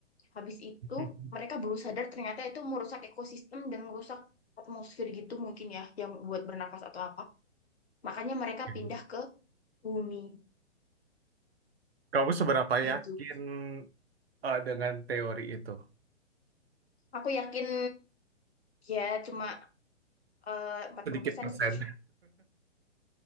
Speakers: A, on the left; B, on the right.
A: Habis itu
B: <laughs>
A: mereka baru sadar ternyata itu merusak ekosistem dan merusak atmosfer gitu mungkin ya, yang buat bernafas atau apa. Makanya mereka
B: Oke.
A: pindah ke bumi
B: Kamu seberapa
A: gitu.
B: yakin eh, dengan teori itu?
A: Aku yakin ya cuma eh, empat
B: Sedikit
A: puluh persen
B: persen.
A: sih.